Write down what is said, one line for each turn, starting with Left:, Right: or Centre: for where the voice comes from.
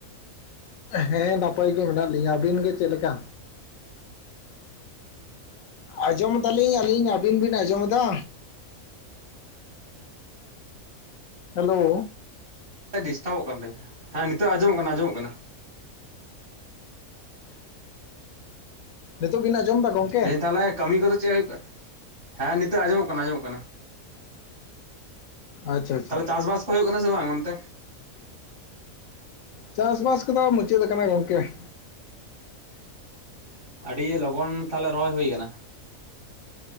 Left: ᱦᱮᱸ ᱱᱟᱯᱟᱭ ᱜᱮ ᱢᱮᱱᱟᱜ ᱞᱤᱧᱟ ᱾ ᱟᱹᱵᱤᱱ ᱜᱮ ᱪᱮᱫ ᱞᱮᱠᱟ? ᱟᱸᱡᱚᱢ ᱫᱟᱞᱤᱧ, ᱟᱹᱞᱤᱧ ᱟᱹᱵᱤᱱ ᱵᱤᱱ ᱟᱸᱡᱚᱢ ᱮᱫᱟ? ᱦᱮᱞᱳ ᱾
Right: ᱰᱤᱥᱴᱟᱵᱚᱜ ᱠᱟᱱ ᱛᱤᱧᱟ ᱦᱮᱸ ᱱᱤᱛᱚᱜ ᱟᱸᱡᱚᱢᱚᱜ ᱠᱟᱱᱟ, ᱟᱸᱡᱚᱢᱚᱜ ᱠᱟᱱᱟ ᱾
Left: ᱱᱤᱛᱳᱜ ᱵᱤᱱ ᱟᱸᱡᱚᱢ ᱮᱫᱟ ᱜᱚᱝᱠᱮ?
Right: ᱞᱟᱹᱭᱫᱟᱹᱧ ᱛᱟᱦᱚᱞᱮ ᱠᱟᱹᱢᱤ ᱠᱚᱫᱚ ᱪᱮᱫ ᱦᱩᱭᱩᱜ ᱠᱟᱱᱟ? ᱦᱮᱸ ᱱᱤᱛᱳᱜ ᱟᱸᱡᱚᱢᱚᱜ ᱠᱟᱱᱟ ᱟᱸᱡᱚᱢᱚᱜ ᱠᱟᱱᱟ᱾
Left: ᱟᱪᱪᱷᱟ ᱟᱪᱪᱷᱟ
Right: ᱛᱟᱦᱚᱞᱮ ᱪᱟᱥᱵᱟᱥ ᱠᱚ ᱦᱩᱭᱩᱜ ᱠᱟᱱᱟ ᱥᱮ ᱵᱟᱝ ᱚᱱᱛᱮ?
Left: ᱪᱟᱥᱵᱟᱥ ᱠᱚᱫᱚ ᱢᱩᱪᱟᱹᱫ ᱟᱠᱟᱱᱟ ᱜᱚᱝᱠᱮ ᱾
Right: ᱟᱹᱰᱤ ᱞᱚᱜᱚᱱ ᱛᱟᱦᱚᱞᱮ ᱨᱚᱦᱚᱭ ᱦᱩᱭ ᱟᱠᱟᱱᱟ?